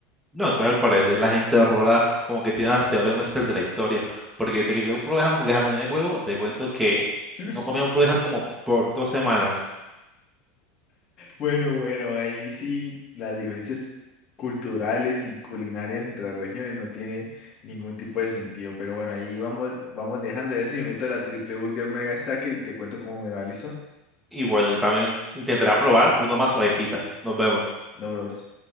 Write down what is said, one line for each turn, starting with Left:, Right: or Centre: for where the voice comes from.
Centre: No, entonces al parecer la gente de Rola como que tiene las peores mezclas de la historia. Porque desde que yo probé esa hamburguesa con el huevo, te cuento que
Left: <laughs>
Centre: no comí hamburguesas como por dos semanas.
Left: Bueno, bueno, ahí sí las diferencias culturales y culinarias entre las regiones no tiene ningún tipo de sentido. Pero bueno, ahí vamos, vamos dejando. A ver si me meto a la triple burger mega stacker y te cuento cómo me va, ¿listo?
Centre: Y bueno, yo también intentaré probar por una más suavecita. Nos vemos.
Left: Nos vemos.